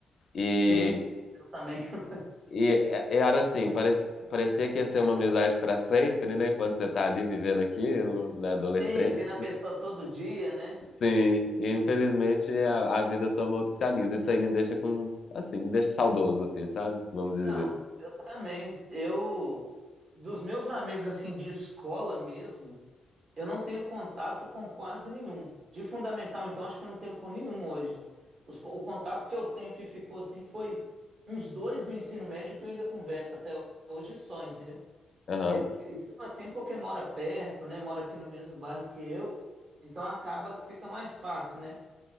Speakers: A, on the left (about 50°); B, on the right (about 60°).
A: E,
B: sim, eu também. <laughs>
A: e é- é, era assim, parece- parecia que ia ser uma amizade para sempre, né? Quando você tá ali vivendo aquilo, na adolescência.
B: Sim, vendo a pessoa todo dia, né?
A: Sim, e infelizmente a, a vida toma outros caminhos. Isso aí me deixa com, assim, me deixa saudoso, assim, sabe? Vamos dizer.
B: Não, eu também. Eu, dos meus amigos, assim, de escola mesmo. Eu não tenho contato com quase nenhum. De fundamental, então, acho que eu não tenho com nenhum hoje. Os co- o contato que eu tenho que ficou assim foi uns dois do ensino médio que eu ainda converso até hoje só, entendeu?
A: Aham.
B: E, e mesmo assim, porque mora perto, né? Mora aqui no mesmo bairro que eu, então acaba que fica mais fácil, né?